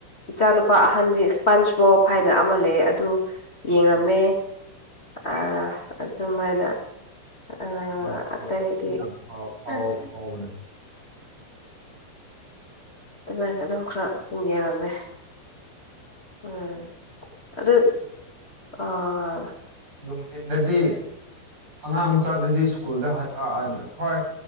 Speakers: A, on the left; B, on the right.
A: ꯏꯆꯥꯅꯨꯄꯥ ꯑꯍꯟꯗꯤ ꯁ꯭ꯄꯟꯁ ꯕꯣꯞ ꯍꯥꯏꯅ ꯑꯃ ꯂꯩꯌꯦ ꯑꯗꯨ ꯌꯦꯡꯔꯝꯃꯦ꯫
B: ꯄꯥꯝ-
A: ꯑꯥ ꯑꯗꯨꯃꯥꯏꯅ ꯑꯥ
B: ꯄꯥꯝꯗꯦ.
A: ꯑꯇꯩꯗꯤ
B: ꯌꯥꯝ ꯐꯥꯎ ꯐꯥꯎ
A: <unintelligible> ꯎꯝ
B: ꯐꯥꯎꯕꯅꯦ
A: ꯑꯗꯨꯃꯥꯏꯅ ꯑꯗꯨꯝ ꯈꯔ ꯗꯨꯝ ꯌꯦꯡꯔꯝꯃꯦ ꯎꯝ ꯑꯗꯨꯠ ꯑꯣ
B: ꯅꯨꯡꯊꯤꯟꯗꯗꯤ ꯑꯉꯥꯡ ꯃꯆꯥꯗꯨꯗꯤ ꯁ꯭ꯀꯨꯜꯗ <unintelligible> ꯈ꯭ꯋꯥꯏ